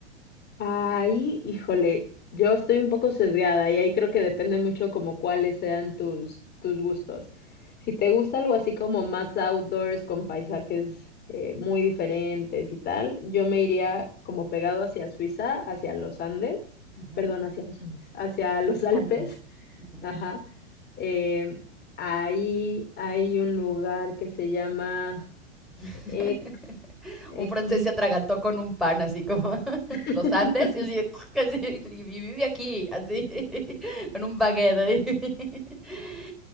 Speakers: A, on the left (about 25°); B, in the centre.
A: Ahí, híjole, yo estoy un poco sesgada y ahí creo que depende mucho como cuáles sean tus, tus gustos. Si te gusta algo así como más outdoors, con paisajes eh, muy diferentes y tal, yo me iría como pegado hacia Suiza, hacia los Andes,
B: Ujú.
A: perdón, hacia los Andes, hacia los Alpes,
B: Alpes.
A: <laughs>
B: Ujú.
A: ajá. Em, ahí hay un lugar que se llama
B: <laughs>
A: Ex, Ex
B: Un francés se atragantó con un pan, así como <laughs>
A: <laughs>
B: los Andes, y, así, <laughs> así, y vive aquí, así, <laughs> con un baguette. ahí. <laughs>